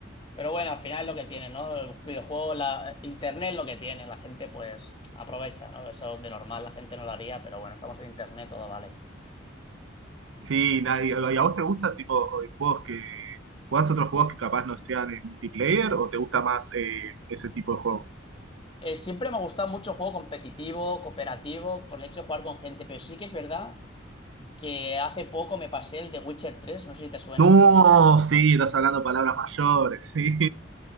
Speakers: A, on the left (about 25°); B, on the right (about 75°).
A: Pero bueno, al final es lo que tiene, ¿no? El videojuego, la... Internet es lo que tiene, la gente pues aprovecha, ¿no? Eso de normal la gente no lo haría, pero bueno, estamos en Internet, todo vale.
B: Sí, nadie, ¿y a vos te gustan tipo eh, juegos que jugás otros juegos que capaz no sean en multiplayer o te gusta más eh, ese tipo de juego?
A: Eh, siempre me ha gustado mucho el juego competitivo, cooperativo, por el hecho de jugar con gente, pero sí que es verdad que hace poco me pasé el de Witcher tres no sé si te suena.
B: No, sí, estás hablando palabras mayores, sí.